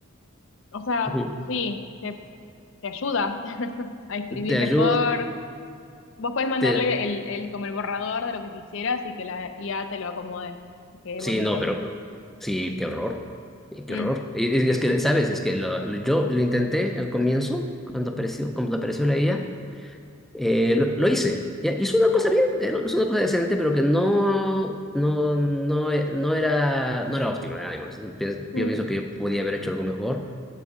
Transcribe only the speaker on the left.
O sea,
sí, te, te ayuda <laughs> a escribir
mejor.
Vos podés mandarle
el, el, como el borrador de lo que quisieras y que la IA te lo acomode. Que quede
bonito.
Mm,
mm,